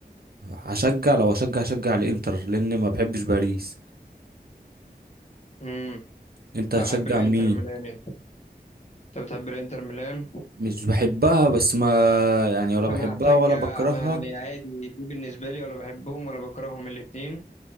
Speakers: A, on the right (about 70°); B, on the left (about 45°).
A: هشجع لو هشجع هشجع الانتر لان ما بحبش باريس
B: امم
A: انت هتشجع
B: احب الانتر
A: مين
B: ميلان انت انت بتحب الانتر ميلان
A: مش بحبها بس ما يعني ولا بحبها
B: انا هشجع
A: ولا بكرهها
B: انا يعني عادي دي بالنسبه لي ولا بحبهم ولا بكرههم الاتنين